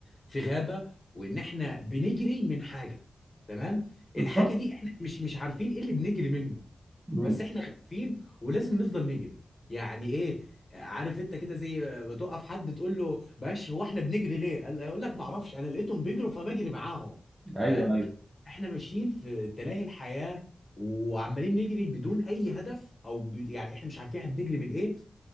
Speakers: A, on the left (about 30°); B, on the right (about 20°).
A: في غابة وان احنا بنجري من حاجة تمام
B: بالظبط
A: الحاجة دي احنا مش مش عارفين ايه اللي بنجري منه
B: مم.
A: بس احنا خايفين ولازم نفضل نجري يعني ايه عارف انت كده زي ما توقف حد تقول له معلش هو احنا بنجري ليه قال- يقول لك ما اعرفش انا لقيتهم بيجروا فبجري معاهم
B: ايوه
A: فاهم
B: ايوه
A: احنا ماشيين في تلاهي الحياة وعمالين نجري بدون اي هدف او ب... يعني احنا مش عارفين احنا بنجري من ايه